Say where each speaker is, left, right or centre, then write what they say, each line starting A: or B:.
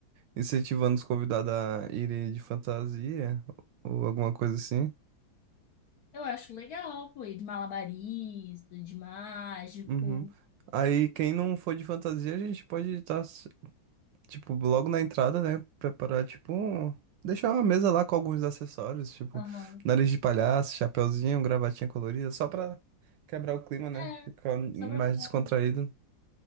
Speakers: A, on the right; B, on the left.
A: incentivando os convidados a irem de fantasia ou alguma coisa assim.
B: Eu acho legal, pô, e de malabarista, de mágico.
A: Uhum. Aí quem não for de fantasia, a gente pode estar, tipo, logo na entrada, né? Preparar, tipo, um- deixar uma mesa lá com alguns acessórios, tipo,
B: Aham.
A: nariz de palhaço, chapeuzinho, gravatinha colorida, só pra quebrar o clima, né?
B: É,
A: Ficar mais
B: só pra ficar.
A: descontraído.